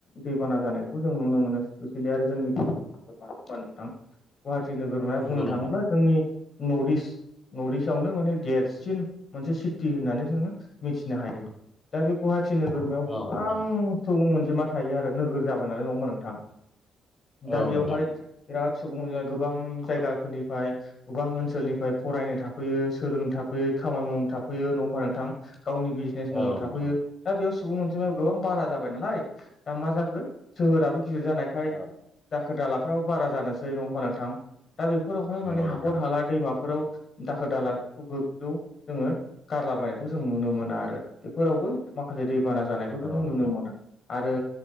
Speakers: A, on the left; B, on the left.
A: दैबाना जानायखौ जों नुनो मोनो स्पेसियेलि आरो जोंनि <unintelligible> नङा होनबा नोंथां गुवाहाटि नोगोरमाया
B: नंगौ
A: बुंनो
B: नोंथां
A: थाङोब्ला जोंनि नर्थ इस्ट नर्थ इस्ट आवनो माने देरसिन मोनसे सिटि होननानै जोङो मिथिनो हायो दा बे गुवाहाटि नोगोरमायाव
B: औ
A: गोबां
B: नोंथां
A: सुबुं अनजिमा थायो आरो नोगोर जाबाय नालाय नङा होमबा नोंथां दा
B: औ
A: बेयावहाय
B: नोंथां
A: बिराद सुबुं अनजिमा गोबां जायगाफोरनिफ्राय गोबां ओनसोलनिफ्राय फरायनो थाफैयो सोलोंनो थाफैयो खामानि मावनो थाफैयो नङा होमबा नोंथां गावनि बिज <unintelligible> बिजनेस मावनो
B: औ
A: थाफैयो
B: नोंथां
A: दा बेयाव सुबुं अनजिमाया गोबां बारा जाबाय नालाय दा मा जाखो सोहोराबो गिदिर जानाय <unintelligible>
B: औ
A: दाखोर-दालाफ्राबो बारा जानोसै नङा होमबा नोथां दा बेफोरावहाय
B: नंगौ
A: माने हाखर-हाला
B: नोंथां
A: दैमाफोराव दाखोर दाला गोजौ जोङो <unintelligible> गारलाबायनायखौ जों नुनो मोना आरो बेफोरावबो माखासे दैबाना जानाय जोङो
B: औ नोंथां
A: नुनो मोना आरो